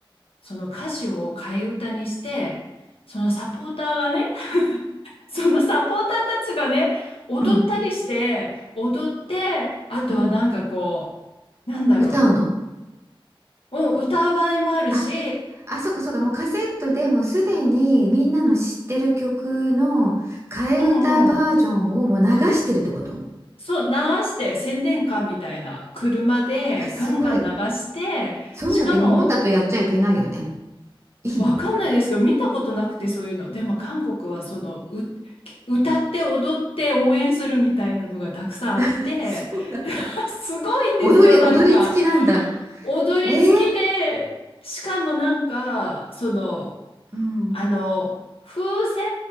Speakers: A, on the left; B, on the right.
A: その歌詞を替え歌にして、そのサポーターがね、<laughs> そのサポーターたちがね、踊ったりして、
B: うん
A: 踊って、あとはなんかこ
B: うん
A: う、なんだろ
B: 歌うの
A: う、うん、歌う場合もあるし、
B: あ、あ、そうかそうか、もうカセットでもうすでにみんなの知ってる曲の替え歌バージョンをもう流してるってこと
A: うんうん。そう、流して宣伝カーみたいな車でガンガン流して、
B: わ、すごい。そういうのって日本だとやっちゃいけないよね。
A: しかも
B: いいの
A: わかんないですけど、見たことなくてそういうの。でも韓国はそのう、歌って踊って応援するみたいなのがたくさんあって、
B: <laughs> そうなんだ。
A: <laughs> すごいんですよ、
B: 踊り、
A: なんか。
B: 踊り付きなんだ。
A: 踊り付きで、
B: えー、
A: しかもなんか、その、
B: うん
A: あの、風船